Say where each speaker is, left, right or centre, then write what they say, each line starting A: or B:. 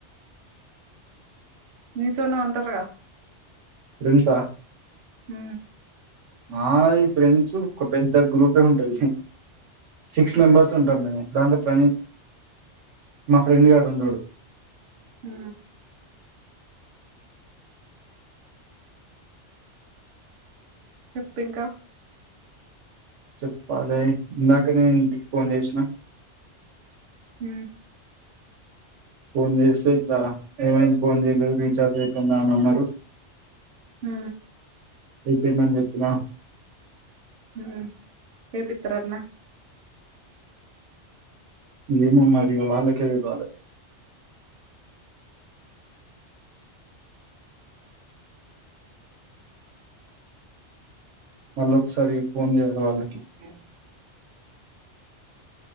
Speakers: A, on the right; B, on the right.
A: నీతోనే ఉంటారుగా
B: ప్రిన్సా
A: ఉ
B: మాది ఫ్రెండ్స్ ఒక పెద్ద గ్రూపే ఉంటది హ సిక్స్ మెంబర్స్ ఉంటారు నేను దాంట్లో ప్రణీ మా ఫ్రెండ్ గాడు ఉండడు
A: ఉ చెప్పు ఇంక
B: చెప్పాలి ఇందాక నే ఇంటికి ఫోన్ చేసిన
A: ఉ
B: ఫోన్ చేస్తే ఇట్లా ఏమై ఫోన్ చేయలే రీఛార్జ్ అయిపోయిందా అని అన్నారు
A: ఉ
B: అయిపోయిందని చెప్పిన
A: హ ఏపిత్రట్న
B: ఏమో మరి ఇక వాళ్లకే తెలవాలే మళ్ళ ఒకసారి ఫోన్ చేయ్యాలి వాళ్ళకి
A: అ